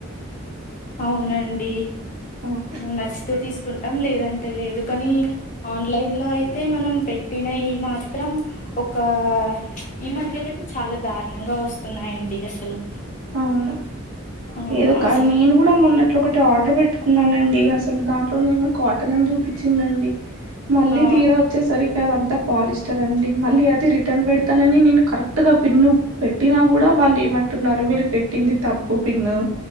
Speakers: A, on the left (about 35°); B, on the right (about 80°).
A: అవునండి.
B: అవును
A: నువ్ నచ్చితే తీసు కుంటాం లేదంటే లేదు కానీ ఆన్లైన్ లో అయితే మనం పెట్టిన ఈ మాత్రం ఒకా ఈ మధ్యలోపు చాలా దారుణంగా వస్తున్నాయండి అసలు
B: అవును
A: ఆ
B: ఏదో కానీ
A: అసలు
B: నేను కూడా మొన్నట్లు ఒకటి ఆర్డర్ పెట్టుకున్నానండి అసలు దాంట్లో నేను కాటన్ అని పిచ్చిందండి. మళ్ళీ
A: ఆ
B: తీరా వచ్చేసరికి అది అంత పాలిస్టర్ రండి మళ్ళీ అది రిటర్న్ పెడతానని నేను కరెక్ట్ గా పిన్ను పెట్టినా కూడ వాళ్ళు ఏమంటున్నారు మీరు పెట్టింది తప్పు పిన్ను